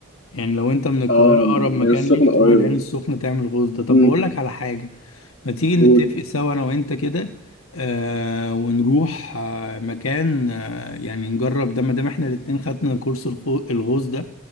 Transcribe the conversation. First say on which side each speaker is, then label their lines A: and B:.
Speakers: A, on the left; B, on the left.
A: يعني لو انت
B: <laughs>
A: من القاهرة
B: اه
A: أقرب مكان
B: السخنه
A: ليك
B: قريبه
A: تروح العين السخنة تعمل غوص ده طب
B: مم.
A: بقول لك على حاجة ما تيجي نتفق
B: قول.
A: سوا أنا وأنت كده آه ونروح آه مكان آه يعني نجرب ده ما دام احنا الاتنين خدنا كورس الخو- الغوص ده